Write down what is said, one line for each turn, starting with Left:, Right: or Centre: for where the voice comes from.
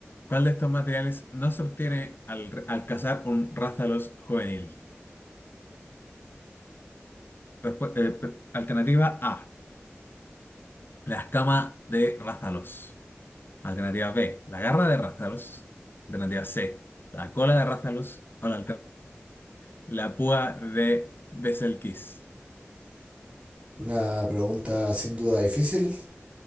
Left: ¿Cuál de estos materiales no se obtiene al, re- al cazar un rázalos juvenil? Respu- eh, pr- alternativa A. La escama de rázalos. Alternativa B, la garra de Rathalos. Alternativa C, la cola de Rathalos. O la, alter- la púa de Betelgeuse.
Right: Una pregunta sin duda difícil.